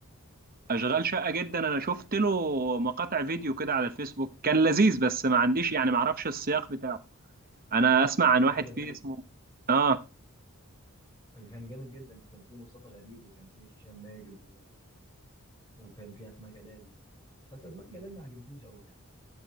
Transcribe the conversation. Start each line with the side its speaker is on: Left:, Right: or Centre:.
Right: اشغال شقه جدا انا شفت له مقاطع فيديو كده على الفيسبوك كان لذيذ بس ما عنديش يعني ما اعرفش السياق بتاعه انا اسمع عن واحد
Left: لا ده
Right: فيه
Left: كان
Right: اسمه اه
Left: كان جامد جدا كان فيه مصطفى غريب وكان فيه هشام ماجد و... وكان فيه اسماء جلال بس اسماء جلال ما عجبتنيش قوي